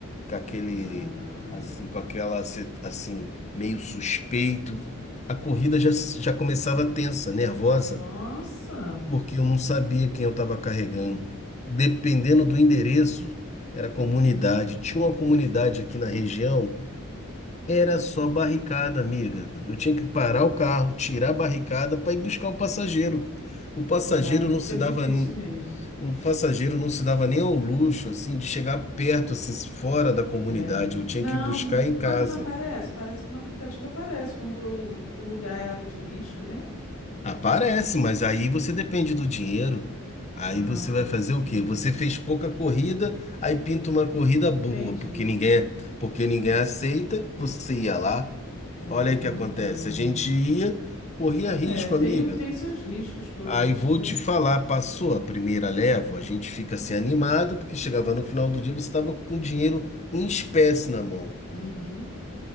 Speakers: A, on the left; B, on the left.
A: com aquele,
B: Ah, é.
A: assim, com aquela, assim, meio suspeito. A corrida já, já começava tensa, nervosa,
B: Nossa,
A: porque eu não sabia quem eu estava carregando. Dependendo do endereço, era comunidade. Tinha uma comunidade aqui na região era só barricada, amiga. Eu tinha que parar o carro, tirar a barricada para ir buscar o passageiro. O passageiro
B: é, aí fica
A: não se
B: difícil
A: dava, n-
B: mesmo.
A: o passageiro não se dava nem ao luxo assim de chegar perto assim fora da comunidade.
B: É,
A: Eu tinha
B: não,
A: que buscar em
B: mas
A: casa.
B: não aparece. Parece que no aplicativo aparece quando o, o lugar é área de risco, né?
A: Aparece, mas aí você depende do dinheiro. Aí
B: Ah,
A: você vai fazer
B: sim.
A: o quê? Você fez pouca corrida, aí pinta uma corrida boa,
B: Entendi.
A: porque ninguém, é, porque ninguém aceita, você ia lá.
B: Caramba.
A: Olha aí o que acontece. A gente ia, corria risco,
B: É, tem,
A: amiga.
B: o- tem seus riscos, pelo
A: Aí
B: visto,
A: vou
B: né?
A: te falar, passou a primeira leva, a gente fica assim animado, porque chegava no final do dia, você estava com dinheiro em espécie na mão.
B: Uhum.